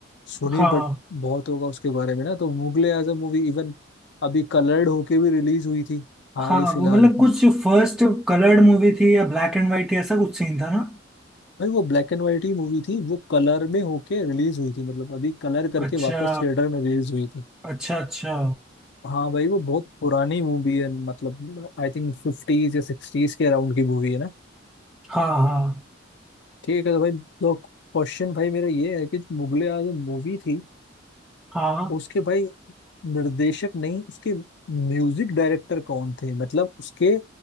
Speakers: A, on the left; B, in the centre.
A: सुनी
B: हाँ
A: बट बहुत होगा उसके बारे में ना तो मुगले आजम मूवी इवन अभी कलर्ड होके भी रिलीज हुई थी हाल
B: हाँ
A: ही फिलहाल
B: वो मतलब
A: में
B: कुछ फर्स्ट कलर्ड मूवी थी या ब्लैक एंड वाइट थी ऐसा कुछ सीन था ना
A: भाई वो ब्लैक एंड वाइट ही मूवी थी वो कलर में होके रिलीज हुई थी मतलब अभी कलर करके
B: अच्छा
A: वापस थिएटर में रिलीज हुई थी
B: अच्छा अच्छा
A: हाँ भाई वो बहुत पुरानी मूवी है मतलब आई थिंक फिफ्टीज या सिक्सटीज के अराउंड की मूवी है ना
B: हाँ हाँ
A: ठीक है तो भाई तो क्वेश्चन भाई मेरा ये है कि जो मुगले आजम मूवी थी
B: हाँ
A: उसके भाई निर्देशक नहीं उसके म्यूजिक डायरेक्टर कौन थे मतलब उसके